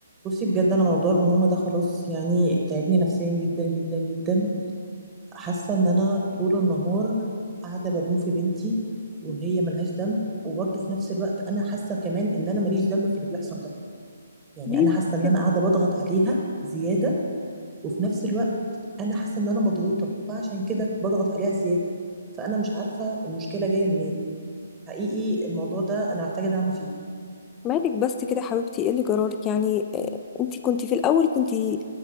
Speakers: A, on the right; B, on the left.
A: بصي بجد انا موضوع الامومه ده خلاص يعني تعبني نفسيا جدا جدا جدا حاسه ان انا طول النهار قاعده بلوم في بنتي وهي ملهاش ذنب وبرضه في نفس الوقت انا حاسه كمان ان انا ماليش ذنب في اللي بيحصل ده يعني
B: ليه
A: انا حاسه
B: بس
A: ان
B: كده
A: انا قاعده بضغط عليها زياده وفي نفس الوقت انا حاسه ان انا مضغوطه فعشان كده بضغط عليها زياده فانا مش عارفه المشكله جايه منين حقيقي الموضوع ده انا محتاجه دعم فيه
B: مالك بس كده يا حبيبتي ايه اللي جرالك يعني آه، انتي كنتي في الاول كنتي